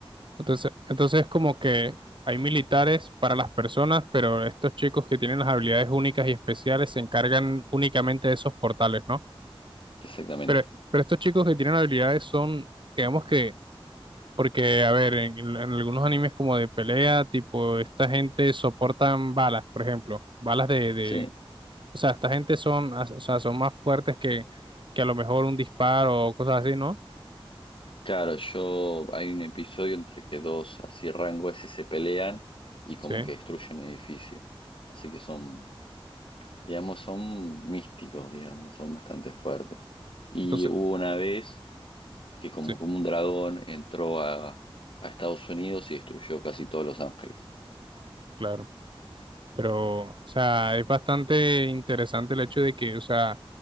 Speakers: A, on the right (about 55°); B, on the left (about 60°).
A: Entonces, entonces como que hay militares para las personas, pero estos chicos que tienen las habilidades únicas y especiales se encargan únicamente de esos portales, ¿no?
B: Exactamente.
A: Pero, pero estos chicos que tienen habilidades son, digamos que, porque, a ver, en, en algunos animes como de pelea, tipo, esta gente soportan balas, por ejemplo, balas de, de,
B: Sí.
A: o sea, esta gente son, as- o sea, son más fuertes que, que a lo mejor un disparo o cosas así, ¿no?
B: Claro, yo hay un episodio entre que dos así rangos ese se pelean y como
A: Sí,
B: que destruyen un edificio. Así que son, digamos, son místicos, digamos, son bastante fuertes. Y
A: entonces,
B: hubo una vez que como,
A: sí,
B: como un dragón entró a, a Estados Unidos y destruyó casi todos Los Ángeles.
A: claro. Pero, o sea, es bastante interesante el hecho de que, o sea,